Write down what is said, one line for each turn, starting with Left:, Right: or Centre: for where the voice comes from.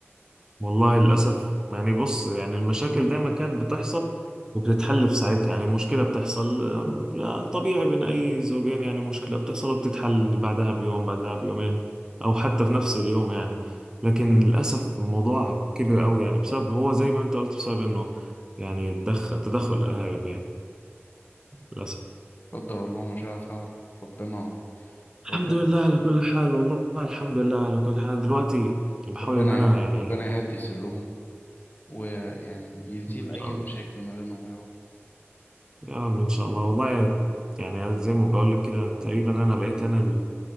Right: والله للأسف يعني بص يعني المشاكل دايما كانت بتحصل وبتتحل في ساعتها يعني مشكلة بتحصل آم، لا، طبيعي بين أي زوجين يعني مشكلة بتحصل وبتتحل بعدها بيوم بعدها بيومين أو حتى في نفس اليوم يعني لكن للأسف الموضوع كبر قوي يعني بسبب هو زي ما أنت قلت بسبب إنه يعني تدخل تدخل الأهالي يعني للأسف
Left: قدر الله ما شاء فعل ربنا
Right: الحمد
Left: ربنا
Right: لله على كل حال والله الحمد لله على كل حال دلوقتي بحاول
Left: ربنا
Right: إن أنا يعني
Left: ربنا يهدي سرهم ويعني يزيل
Right: إن
Left: اي
Right: شاء الله
Left: مشاكل ما بينهم يا رب
Right: يا رب ان شاء الله والله يعني زي ما بقول لك كده تقريبا انا بقيت انا ال...